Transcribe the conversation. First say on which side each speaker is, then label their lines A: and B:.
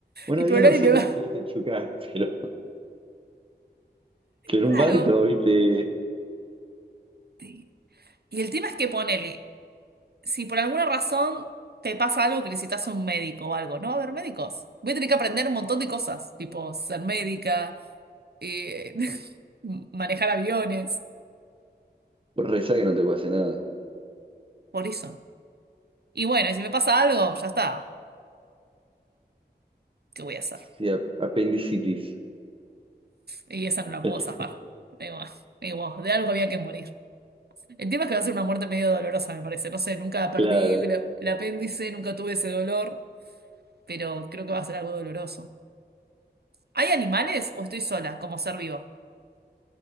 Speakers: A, on the right; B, on the right.
A: Un
B: Y
A: avión
B: pero nadie
A: no sé
B: me
A: porque
B: va.
A: si no te chocás, <laughs> pero, pero
B: Claro.
A: un barco, viste,
B: Sí. Y el tema es que ponele, si por alguna razón te pasa algo que necesitas un médico o algo, no va a haber médicos. Voy a tener que aprender un montón de cosas, tipo ser médica, eh, <laughs> manejar aviones,
A: vos rezá que no te pase nada.
B: por eso. Y bueno, y si me pasa algo, ya está. ¿Qué voy a hacer?
A: Sí, ap- apendicitis.
B: Y esa no la
A: <laughs>
B: puedo zafar. Digo, digo, de algo había que morir. El tema es que va a ser una muerte medio dolorosa, me parece. No sé, nunca perdí
A: Claro.
B: la- el apéndice, nunca tuve ese dolor, pero creo que va a ser algo doloroso. ¿Hay animales o estoy sola como ser vivo?